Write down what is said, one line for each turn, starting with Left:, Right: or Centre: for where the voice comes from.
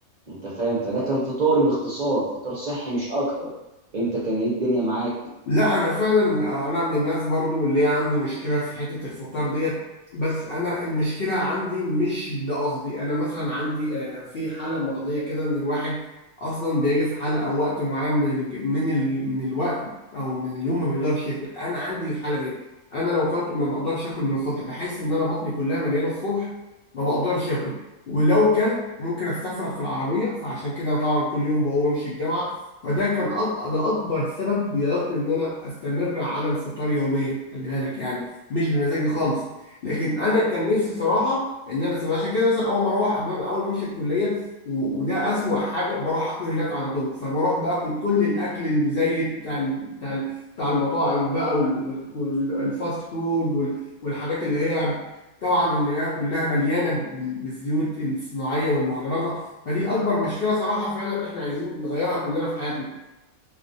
Right: انت فاهم فده كان فطاري باختصار فطار صحي مش اكتر انت كان ايه الدنيا معاك
Left: لا انا فعلا انا من الناس برضو اللي هي عندي مشكله في حته الفطار ديت بس انا المشكله عندي مش بقصدي انا مثلا عندي آه، في حاله مرضيه كده ان الواحد اصلا بيجي في حاله او وقت معين من ال من ال من الوقت او من اليوم ما بيقدرش ياكل انا عندي الحاله ديت انا لو كلت ما بقدرش اكل من الصبح بحيث ان انا بطني كلها مليانه الصبح ما بقدرش اكل ولو كلت ممكن استفرغ في العربيه فعشان كده طبعا كل يوم بقوم امشي الجامعه فده كان أك- ده اكبر سبب بيعيقني ان انا استمر على الفطار يوميا خلي بالك يعني مش بمزاجي خالص لكن انا كان نفسي صراحه ان انا سمع عشان كده مثلا اول ما اروح قبل- اول ما امشي الكليه و- وده اسوأ حاجه بروح اكل هناك على طول فبروح باكل كل الاكل المزيت بتاع ال- بتاع ال- بتاع المطاعم بقى والفاست فود وال- والحاجات اللي هي طبعا اللي هي كلها مليانه بال- بالزيوت الصناعيه والمهدرجه فدي اكبر مشكله صراحه فعلا احنا عايزين نغيرها كلنا في حياتنا